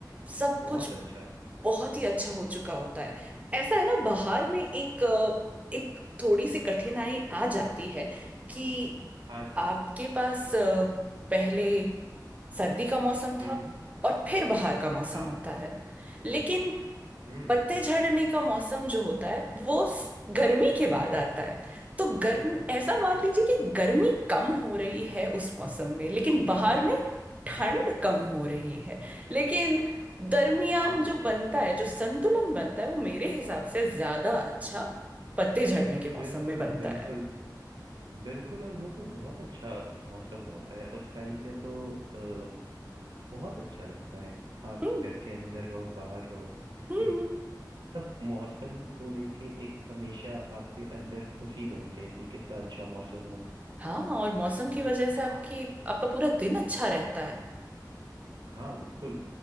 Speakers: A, on the right; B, on the right.
A: सब
B: बहुत
A: कुछ
B: अच्छा
A: बहुत ही अच्छा हो चुका होता है ऐसा है ना बाहर में एक अ, एक थोड़ी सी कठिनाई आ जाती है कि
B: हाँ जी
A: आपके पास अ, पहले सर्दी का मौसम
B: हम्म
A: था और फिर बाहर का मौसम
B: हाँ
A: आता है लेकिन
B: हम्म
A: पत्ते झड़ने का मौसम जो होता है वो स- गर्मी के
B: हम्म
A: बाद आता है तो गर्म ऐसा मान लीजिए कि गर्मी कम हो रही है उस मौसम में लेकिन बाहर
B: हाँ हाँ
A: में ठंड कम हो रही है लेकिन दरमियान
B: हाँ
A: जो बनता है जो संतुलन बनता है वो मेरे हिसाब से ज्यादा अच्छा पत्ते झड़ने के मौसम
B: बिल्कुल
A: में बनता
B: बिल्कुल
A: है
B: बिल्कुल और वो तो बहुत अच्छा मौसम होता है उस टाइम पे तो अ, बहुत अच्छा लगता है आप
A: हम्म
B: घर के अंदर रहो बाहर रहो
A: हम्म
B: एक
A: हम्म।
B: सब मौसम को लेके एक हमेशा आपके अंदर खुशी बनी रहती है कितना अच्छा मौसम है
A: हाँ और मौसम की
B: तो
A: वजह से आपकी
B: हाँ
A: आपका पूरा दिन अच्छा रहता है
B: हाँ बिल्कुल